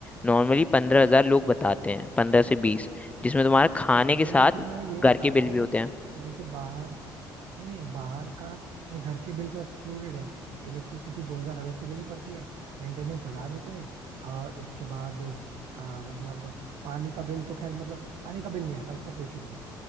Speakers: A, on the left; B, on the right.
A: नॉर्मली पंद्रह हजार लोग बताते हैं पंद्रह से बीस जिसमें तुम्हारा खाने
B: अरे
A: के साथ
B: लेकिन मैं ये बता
A: घर के बिल
B: रहा हूँ
A: भी होते हैं
B: कि जैसे बाहर नहीं नहीं बाहर का नहीं घर के बिल तो एक्सक्लूडेड है इलेक्ट्रिसिटी दो हजार अलग से देनी पड़ती है मेंटेनेंस हजार रुपए और उसके बाद आ, मतलब पानी का बिल तो खैर मतलब पानी का बिल नहीं आता उसका कोई इशू नहीं है